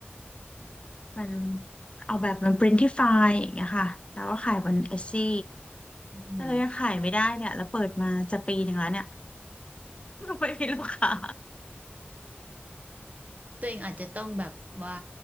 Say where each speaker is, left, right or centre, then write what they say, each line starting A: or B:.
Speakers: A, on the left; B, on the right.
A: มันออกแบบมันปรินที่ไฟล์อย่างเงี้ยค่ะแต่ว่าขายบนเอซี่
B: อืม
A: แต่เรายังขายไม่ได้เนี่ยแล้วเปิดมาจะปีหนึ่งแล้วเนี่ย <laughs> ไม่มีลูกค้า
B: ตัวเองอาจจะต้องแบบว่า